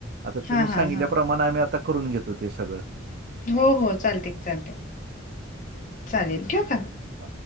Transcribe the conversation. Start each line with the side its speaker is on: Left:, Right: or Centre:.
Right: आता
Left: हा
Right: तुम्ही सांगितल्याप्रमाण
Left: हा हा
Right: आम्ही आता करून घेतो ते सग
Left: हो हो चालतय चालत चालेल ठेवू का?
Right: आ